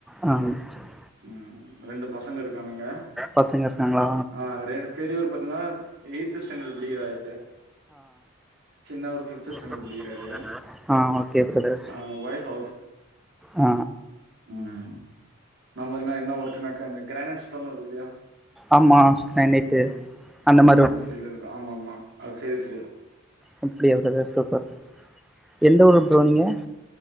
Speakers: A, in the centre; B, on the right.
A: ஆ சேரி
B: உம் ரெண்டு பசங்க இருக்கானுங்க
A: பசங்க இருக்காங்ளா
B: ஆ ரெண்டு பெரியவர் பாத்தீங்கன்னா எய்த் ஸ்டாண்டர்ட் படிக்கிறாரு சின்னவரு ஃபிப்த் ஸ்டாண்டர்ட்
A: <unintelligible>
B: படிக்கிறாரு
A: ஆ ஓகே பிரதர்
B: ஆ ஒய்ஃப்
A: ஆ
B: உம் நம்பல்து என்ன ஒர்க்கனாக்க இந்த கிரானட் ஸ்டோன் வருது இல்லையா
A: ஆமாம் கிரானைட்டு
B: உம் ஆமா
A: மாதிரி
B: அந்த
A: ஒரு
B: பீல்டுல்தான் ஆமா ஆமா சேல்ஸ்
A: வீட்ல இருக்குறது தா சூப்பர் எந்த ஊரு போனீங்க